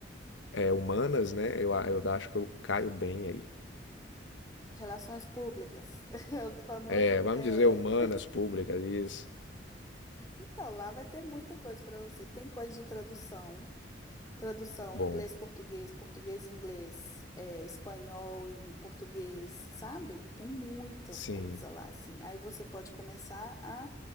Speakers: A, on the left; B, on the left.
A: é, humanas, né? Eu, eu acho que eu caio bem aí.
B: Relações públicas, <laughs> o famoso
A: É, vamos
B: PR.
A: dizer humanas, públicas, isso.
B: Então, lá vai ter muita coisa para você. Tem coisa de tradução, tradução
A: Bom,
B: inglês, português, português, inglês, é, espanhol em português, sabe? Tem muita
A: sim.
B: coisa lá, assim. Aí você pode começar a